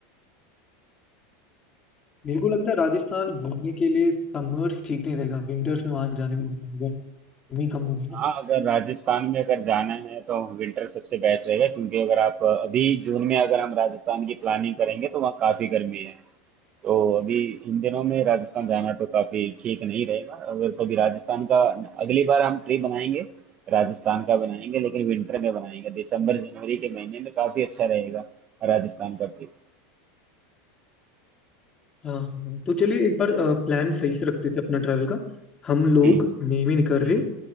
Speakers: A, on the left; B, on the right.
A: मेरे को लगता है राजस्थान घूमने के लिए समर्स ठीक नहीं रहेगा विंटर्स में वहां जाने में मजा आएगा, गर्मी कम होगी ना
B: हाँ अगर राजस्थान में अगर जाना है तो विंटर सबसे बेस्ट रहेगा क्योंकि अगर आप अभी जून में अगर हम राजस्थान की प्लानिंग करेंगे तो वहाँ काफ़ी गर्मी है तो अभी इन दिनों में राजस्थान जाना तो काफी ठीक नहीं रहेगा अगर कभी राजस्थान का अगली बार हम ट्रिप बनाएंगे राजस्थान का बनाएंगे लेकिन विंटर में बनाएंगे दिसंबर जनवरी के महीने में काफी अच्छा रहेगा राजस्थान का ट्रिप
A: हाँ हाँ तो चलिए एक बार प्लान सही से रखते थे अपना ट्रैवल का हम
B: हम्म
A: लोग मई में निकल रहे
B: हम्म
A: हैं